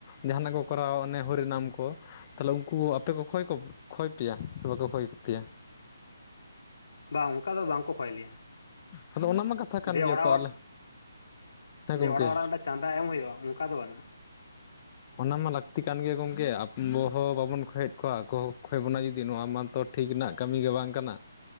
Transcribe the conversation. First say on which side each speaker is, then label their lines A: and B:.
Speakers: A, on the left; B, on the left.
A: ᱡᱟᱦᱟᱸ ᱱᱟᱜ ᱠᱚ ᱠᱚᱨᱟᱣᱟ ᱚᱱᱮ ᱦᱚᱨᱮ ᱱᱟᱢ ᱠᱚ ᱛᱟᱦᱚᱞᱮ ᱩᱱᱼᱼ ᱠᱩ ᱟᱯᱮ ᱠᱚ ᱠᱷᱚᱭ ᱠᱚ ᱠᱷᱚᱭ ᱯᱮᱭᱟ ᱥᱮ ᱵᱟᱠᱚ ᱠᱷᱚᱭ ᱯᱮᱭᱟ?
B: ᱵᱟᱝ ᱚᱱᱠᱟ ᱫᱚ ᱵᱟᱝ ᱠᱚ ᱠᱚᱭ ᱞᱮᱭᱟ᱾
A: ᱟᱫᱚ ᱚᱱᱟ ᱢᱟ ᱠᱟᱛᱷᱟ ᱠᱟᱱ
B: ᱡᱮ
A: ᱜᱮᱭᱟ
B: ᱚᱲᱟᱜ
A: ᱛᱚ
B: ᱚᱲᱟᱜ
A: ᱟᱞᱮ, ᱦᱮᱸ ᱜᱚᱝᱠᱮ᱾
B: ᱡᱮ ᱚᱲᱟᱜ ᱚᱲᱟᱜ ᱢᱤᱫᱴᱟᱝ ᱪᱟᱸᱫᱟ ᱮᱢ ᱦᱩᱭᱩᱜ-ᱟ ᱚᱱᱠᱟ ᱫᱚ ᱵᱟᱹᱱᱩᱜ-ᱟ᱾
A: ᱚᱱᱟᱢᱟ ᱞᱟᱠ ᱛᱤ ᱠᱟᱱ ᱜᱮᱭᱟ ᱜᱚᱝᱠᱮ ᱟᱢᱵᱚ ᱦᱚᱸ ᱵᱟᱵᱚᱱ ᱠᱷᱚᱭᱮᱫ ᱠᱚᱣᱟ ᱟᱠᱚ ᱦᱚᱸ ᱠᱷᱚᱭ ᱵᱚᱱᱟ ᱡᱩᱫᱤ ᱱᱚᱣᱟ ᱢᱟᱛᱚ ᱴᱷᱤᱠ ᱨᱮᱱᱟᱜ ᱠᱟᱹᱢᱤ ᱜᱮ ᱵᱟᱝ ᱠᱟᱱᱟ᱾